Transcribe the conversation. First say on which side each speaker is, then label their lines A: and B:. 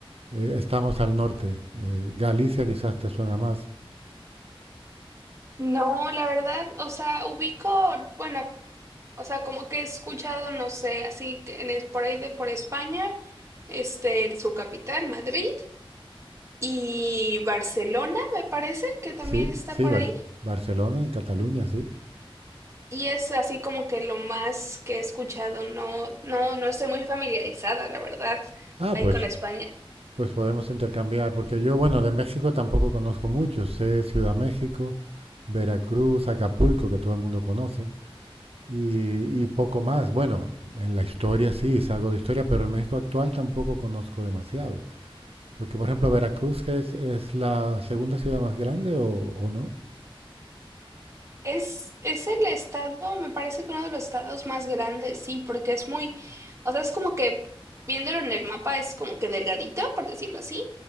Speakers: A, on the right (about 80°); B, on the right (about 30°).
A: eh, estamos al norte. Eh, Galicia quizás te suena más.
B: No, la verdad, o sea, ubico, bueno, o sea, como que he escuchado, no sé, así que en es- por ahí de por España, este, su capital, Madrid, y Barcelona, me parece que también
A: Sí,
B: está
A: sí,
B: por
A: Bar-
B: ahí.
A: Barcelona, en Cataluña, sí.
B: Y es así como que lo más que he escuchado. No, no, no estoy muy familiarizada, la verdad,
A: Ah,
B: ahí
A: pues
B: con España.
A: Pues podemos intercambiar, porque yo, bueno, de México tampoco conozco mucho. Sé Ciudad México, Veracruz, Acapulco, que todo el mundo conoce, y, y poco más. Bueno, en la historia sí, sé algo de historia, pero el México actual tampoco conozco demasiado. Porque, por ejemplo, Veracruz, que es, es la segunda ciudad más grande o, o no.
B: Es, es el estado, me parece que uno de los estados más grandes, sí, porque es muy, o sea, es como que viéndolo en el mapa es como que delgadita, por decirlo así,